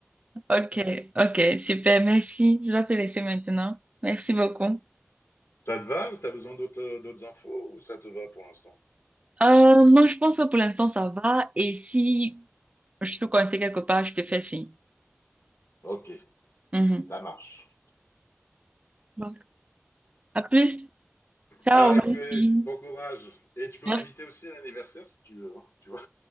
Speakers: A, on the right (about 30°); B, on the left (about 70°).
A: ok, ok, super, merci. Je dois te laisser maintenant. Merci beaucoup.
B: Ça te va ou t'as besoin d'autres d'autres infos ou ça te va pour l'instant?
A: Euh, non, je pense que pour l'instant, ça va. Et si je te conseille quelque part, je te fais signe.
B: Ok,
A: Mhm.
B: ça marche.
A: Bon. À plus. Ciao,
B: Ah,
A: mon
B: Ok,
A: fils.
B: bon courage. Et tu peux
A: Merci.
B: m'inviter aussi à l'anniversaire si tu veux, hein, tu vois.